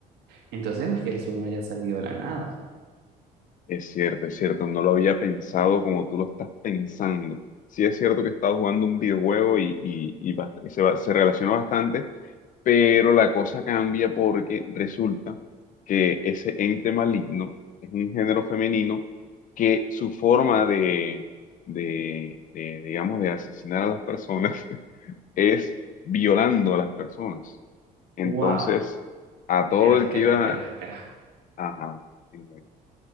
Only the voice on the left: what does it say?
Es cierto, es cierto, no lo había pensado como tú lo estás pensando. Sí es cierto que he estado jugando un videojuego y, y- y bast- y se, va- se relaciona bastante, pero la cosa cambia porque resulta que ese ente maligno es un género femenino que su forma de, de, de, digamos, de asesinar a las personas <laughs> es violando a las personas. Entonces,
a todo
el que iba...
Ajá, sí,